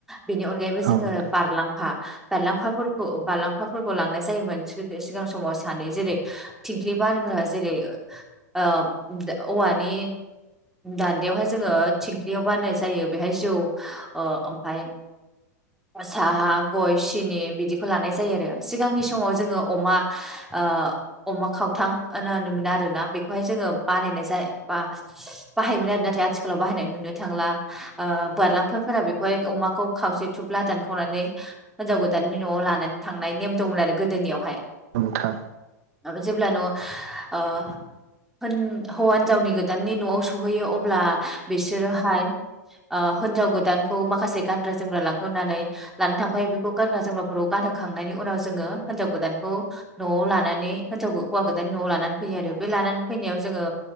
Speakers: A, in the centre; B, on the right (about 60°).
A: बेनि अनगायैबो
B: औ
A: जोंङो
B: नोंथां
A: बारलांफा बारलांफाफोरखौ बारलांफाफोरखौ लांनाय जायोमोन सिगां समाव सानै जेरै थिंख्लि बानग्रा जेरै ओ औवानि दान्दायावहाय जोंङो थिंख्लियाव बान्नाय जायो बेहाय ओ जौ ओमफाय साहा गय सिनि बिदिखौ लानाय जायो आरो सिगांनि समाव जोंङो अमा ओ अमा खावथां होनो मोन आरोना बेखौहाय जोंङो बानायनाय जाय बा बाहायोमोन आरो नाथाय आथिखालाव बाहायनाय नुनो थांला । ओ बारलांफाफोरा बेखौहाय अमाखौ खावसे थुबला दानखावनानै हिनजाव गोदाननि नआव लानानै थांनाय नेम दंमोन आरो गोदोनियावहाय
B: नोंथां
A: आरो जेब्ला नयाव ओ होन हौवा हिनजावनि गोदाननि नआव सौहैयो अ ब्ला बिसोरोहाय हिनजाव गोदानखौ माखासे गानग्रा जोमग्रा लांहोनानै लानानै थांफायो बेखौ गारग्रा जोमग्राफोरखौ गानहोखांनायनि उनाव जोंङो हिनजाव गोदानखौ नआव लानानै हिनजाव हौवा गोदान नआव लानानै फैयो आरो बे लानानै फैनायाव जोंङो